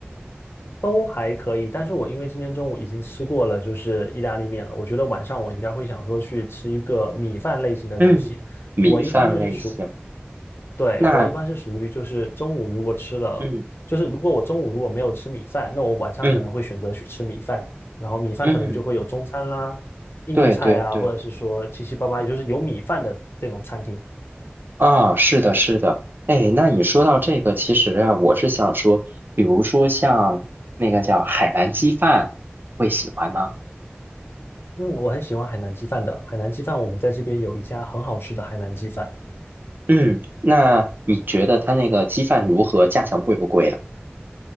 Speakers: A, on the left; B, on the right.
A: 都还可以。但是我因为今天中午已经吃过了，就是意大利面了，我觉得晚上我应该会想说去吃一个米饭类型的东西。
B: 嗯，米饭类型。
A: 我一般就是属对，
B: 那，
A: 我一般是属于就是中午如果吃了，
B: 嗯
A: 就是如果我中午如果没有吃米饭，那我晚上可能会选择去吃米饭，
B: 嗯
A: 然后米饭可能就会有中餐啦、
B: 嗯，
A: 印度菜啊，
B: 对对对。
A: 或者是说七七八八，也就是有米饭的这种餐厅。
B: 啊，是的，是的，哎，那你说到这个，其实啊，我是想说，比如说像那个叫海南鸡饭，会喜欢吗？
A: 嗯，我很喜欢海南鸡饭的，海南鸡饭我们在这边有一家很好吃的海南鸡饭。
B: 嗯，那你觉得它那个鸡饭如何？价钱贵不贵啊？